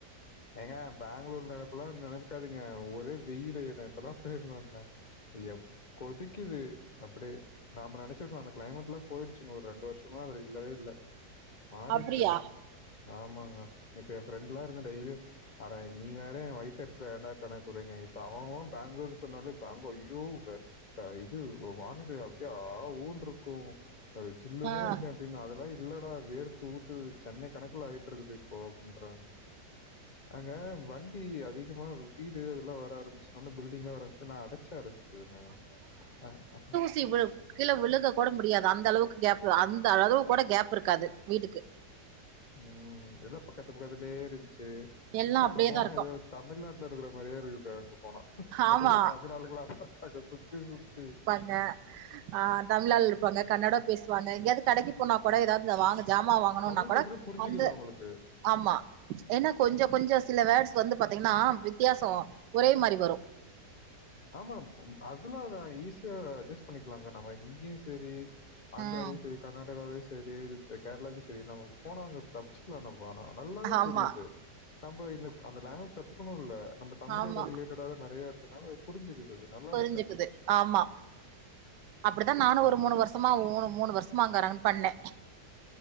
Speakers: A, on the left (about 45°); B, on the right (about 85°).
A: ஏங்க பேங்ளூர்ல இப்பெல்லா நெனைக்காதீங்க ஒரே வெயிலு நா இப்பதா போய்ந்திருந்தே ஐயோ கொதிக்குது அப்டியே நாம நெனச்சிருக்க அந்த கிளைமட் எல்லா போய்டுச்சுங்க ஒரு ரெண்டு வருஷமா அது இல்லவே இல்ல மாறிடுச்சி
B: அப்படியா
A: எல்லா ஆமாங்க இப்ப என் ஃப்ரெண்ட்ல்லா இருக்கா டெய்லியு அட நீ வேற வயித்தெரிச்சல ஏண்டா கணக்கு புரிங்க இப்ப அவெ அவெ பேங்ளூர் சொன்னாலே அங்க ஐயோ அ இது வானிலை ஆ ஊன்ருக்கு அ ஜில்லுனேருக்கு
B: ஆ
A: எப்பயுமே அதெல்லா இல்லடா வேர்த்து ஊத்துது சென்னை கணக்குல ஆய்ட்டுருக்குது இப்ப அப்டின்றாங்க அங்க வண்டி அதிகமா வீடு இதெல்லா வர ஆரம்பிச்சனால பில்டிங் எல்லா வர ஆம்பிச்சனால அடை செரி சேரிங்க ஆ ஆ
B: கீழ விழு விழுக கூட முடியாது அந்த அளவுக்கு கேப் அந்த அளவுக்கு கூட கேப்ருக்காது வீட்டுக்கு
A: ம் எதோ பக்கத்து பக்கத்துலே இருந்துச்சு
B: எல்லா
A: ஆனா
B: அப்டியேதா
A: அங்க போனா
B: இருக்கு
A: ஏதோ தமிழ்நாட்டுல இருக்கிற மாரியே இருக்குது அங்க போன
B: ஆமா
A: எல்லா தமிழ் ஆள்களாதாருக்காங்க சுத்தி சுத்தி
B: அ ஆ தமிழாள் இருப்பாங்க கன்னடம் பேசுவாங்க எங்கேயாது கடைக்கு போனா கூட ஏதாது இங்க ஜாமா வாங்க போணோனா
A: தமிழ்
B: கூட
A: பேசுறது புரிஞ்சுக்குது
B: அந்த
A: அவங்களுக்கு.
B: ஆமா ஏன்னா கொஞ்சோ கொஞ்சோ சில வேர்ட்ஸ் வந்து பாத்தீங்கன்னா வித்தியாசோ ஒரே மாரி வரு
A: ஆமா ஒ அதெல்லா நா ஈஸியா அட்ஜஸ்ட் பண்ணிக்கலாங்க நம்ம இங்கயு செரி ஆந்திராலயு
B: ம்
A: செரி கர்நாடகாலயு செரி கேரளாலயு செரி நம்ம நம்ம போனா அங்க தப்ச்சிக்கலா நம் ஆனா நல்லாவே
B: ஆமா
A: புரிது நம்ம இந்த அந்த லாங்குவேஜ் கத்துக்கனுனு இல்ல நம்ம தமிழோட
B: ஆமா
A: ரிலேட் டடாவே நறைய இருக்கனால புரிஞ்சுக்குது அது
B: புரிஞ்சுக்குது
A: இருக்கு ஆனா.
B: ஆமா அப்டித்தா நானு
A: ம்.
B: ஒரு மூணு வரு சமா மூணு மூணு வருசமா அங்க ரன் பண்ணே